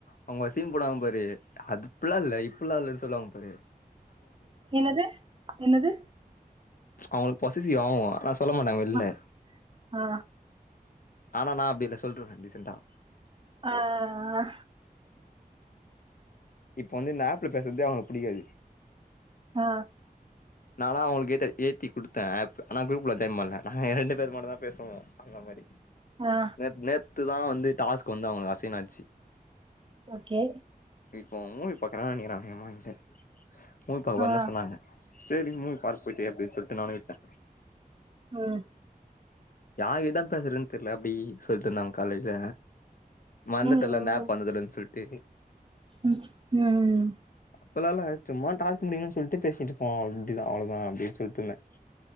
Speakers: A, on the left (about 65°); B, on the right (about 35°).
A: அவுங்கோசீன் போடுவாங்க பாரு அதுகுல்ல லைப் ஃபுல்லால்லன்னு சொல்லுவாங்க பாரு.
B: என்னது என்னது.
A: அவ்ங்களுக்கு பொசசிவ் ஆகு ஆனா சொல்ல மாட்டாங்க வெல்ல.
B: ஆ ஆ
A: ஆனா நா அப்டி இல்ல சொல்டுறுவ டிசெண்டா.
B: ஆ ஆ
A: இப்ப வந்துந்த ஆப்ள பேசற்தே அவ்னுக் புடிக்காது.
B: ஆ.
A: நானா அவ்ங்களுக்கு ஏத்த ஏத்தி குடுத்த ஆப் ஆனா குரூப்ல ஜாயின் பண்ணல நாங்க ரெண்டு பேர் மட்டுதா பேசுவோ அந்த மாரி.
B: ஆ
A: நேத் நேத்துதா வந்து டாஸ்க் வந்து அவுங்களுக்கு அசைனாச்சு
B: ஓகே
A: இப்போ மூவி பக்கறாங் நெனைகிறே அதிகமாகின்ட்ட மூவி பாக்கபோறனுதா
B: ஆ
A: சொன்னாங்க செரின்னு மூவிபாரு போயிட்டு அப்டின்னு சொல்லிட்டு நானு விட்டே
B: உம்
A: யார்கிட்டதா பேசுறதுன்னு தெரியல அப்டி சொல்லிட்டு இருந்தாங்க காலையில வந்துட்டல்லாந்த
B: ம் ம்
A: ஆப் வந்ததுலன்னு சொல்லிட்டு
B: ம் ம்
A: அப்பல்லா இல்ல யெஸ்ட்ம்மா டாஸ்க் முடிப் ம் னு சொல்லிட்டு பேசிட்டுப்போ அவ அப்டிதான அவ்ளோதா அப்டின்னு சொல்லிட்டுந்தே